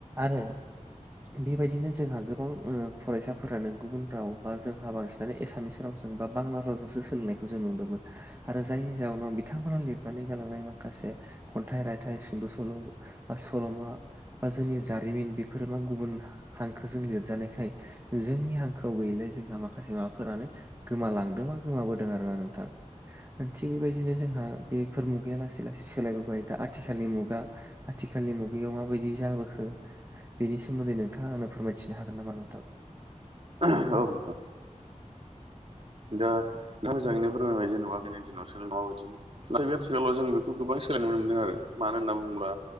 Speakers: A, on the right (about 20°); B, on the right (about 50°).
A: आरो बेबायदिनो जोंहा गोबां फरायसाफोरानो गुबुन राव बा जोंहा बांसिनानो एसामिस रावजों बा बांला रावजोंसो सोलोंनायखौ जों नुदोंमोन आरो जायनि जाउनाव बिथांमोना लिरनानै गालांनाय माखासे खन्थाइ रायथाइ सुंद' सल' बा सल'मा बा जोंनि जारिमिन बेफोर मा गुबुन हांखोजों लिरजानायखाय जोंनि हांखोआव गैयैलाय जोंहा माखासे माबाफोरानो गोमालांदोंबा गोमाबोदों आरोना नोंथां। थिग बेबायदिनो जोंहा बेफोर मुगाया लासै लासै सोलायबोबाय दा आथिखालनि मुगा आथिखालनि मुगायाव माबायदि जाबोखो बेनि सोमोन्दै नों नोंथाङ आं फोरमायथिनो हागोन नामा नोंथां?
B: औ नोंथां। दा नोंथां जाङैनो फोरमोंनाय जेनेबा आगैनि दिनाव सोलों माबायदिमोन बे आथिखालाव जों बेखौ गोबां सोलायनाय ननो मोनदों आरो मानो होनना बुङोब्ला